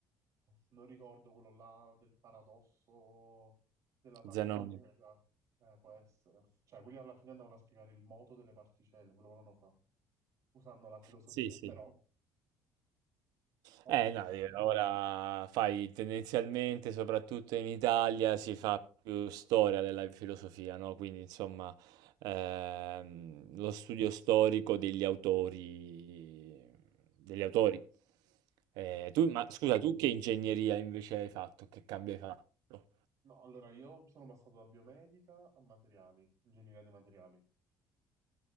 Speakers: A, on the right; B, on the right.
A: non ricordo quello là del paradosso della tartaruga,
B: Zanone.
A: eh, può essere, cioè quelli alla fine andavano a spiegare il moto delle particelle, quello volevano fare, usando la filosofia,
B: Sì, sì.
A: però oggi
B: Eh
A: non
B: no,
A: più.
B: di ora fai tendenzialmente, soprattutto in Italia, si fa più storia della filosofia, no? Quindi insomma ehm, lo studio storico degli autori, degli autori. Eh,
A: Ok.
B: tu, ma scusa, tu che ingegneria invece hai fatto? Che cambio hai fatto?
A: No, allora io sono passato da biomedica a materiali, ingegneria dei materiali.